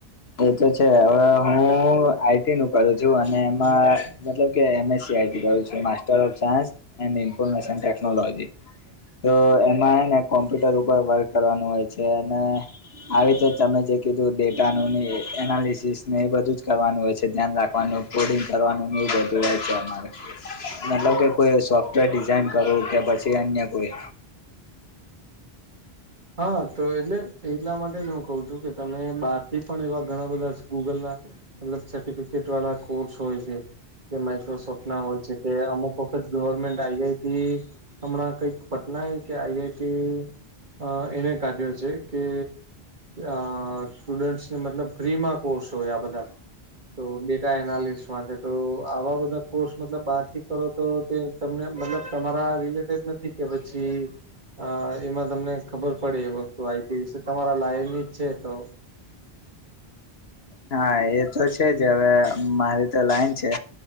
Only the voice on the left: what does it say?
એતો છે હવે હું આઈ ટી નું કરું છું અને એમાં મતલબ કે M S C I T કરું છું, master of science. M information technology. તો એમાં ને કોમ્પ્યુટર ઉપર વર્ક કરવાનું હોય છે અને આવી રીતે તમે જે કીધું ડેટાનું ને એ એનાલિસિસ ને એ બધું જ કરવાનું હોય. છે. ધ્યાન રાખવાનું, કોડિંગ કરવાનું ન બધું હોય છે અમારે મતલબ
કે કોઈ સોફ્ટ વેર ડિઝાઇન કરવું કે પછી અન્ય કોઈ.
હા એ તો છે જ હવે મારી તો લાઈન છે.